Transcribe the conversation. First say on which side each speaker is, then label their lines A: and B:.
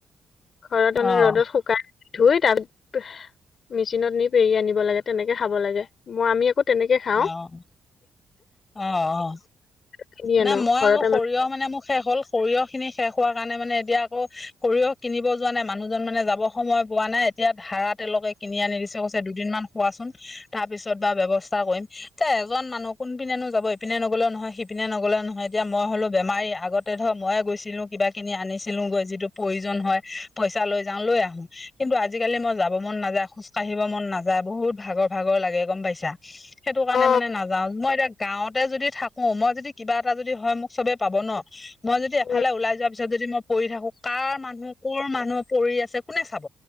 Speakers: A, on the left; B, on the left.
A: ঘৰত মানে
B: অ',
A: ৰ'দত শুকাই। ধুই তাত মেচিনত নি পেৰি আনিব লাগে, তেনেকে খাব লাগে মই আমি আকৌ। তেনেকে খাওঁ
B: অ', অ', অ'।
A: কিনি
B: নাই
A: আনো
B: মই
A: ঘৰতে
B: আকৌ সৰিয়হ মানে মোৰ শেষ হ'ল, সৰিয়হ খিনি শেষ হোৱা কাৰণে মানে এতিয়া আকৌ। সৰিয়হ কিনিব যোৱা নাই, মানুহজন মানে যাব সময় পোৱা নাই। এতিয়া ধাৰা তেলকে কিনি আনি দিছে, কৈছে দুদিনমান খোৱাচোন তাৰ পিছত বা ব্যৱস্থা কৰিম। এতিয়া এজন মানুহ কোন পিনেনো যাব ইপিনে নগ'লে নহয় সি পিনে নগ'লে নহয় এতিয়া মই হ'লো বেমাৰী, আগতে ধৰক ময়ে গৈছিলো কিবা কিনি আনিছিলোঁ গৈ যিটো প্ৰয়োজন। হয় পইচা লৈ যাও লৈ আহো, কিন্তু আজিকালি মই যাব মন নাযায় খোজ কঢ়িব মন নাযায় বহুত। বহুত ভাগৰ, ভাগৰ লাগে গম পাইছা, সেইটো কাৰণে
A: অ
B: মানে নাযাওঁ মই এতিয়া গাওঁতে যদি থাকো ম যদি কিবা এটা যদি হয় মোক চবে পাব ন, মই যদি এফালে
A: উম
B: ওলাই যোৱা পিছত যদি ম পৰি থাকো কাৰ মানুহ কোৰ মানুহে পৰি আছে কোনে চাব।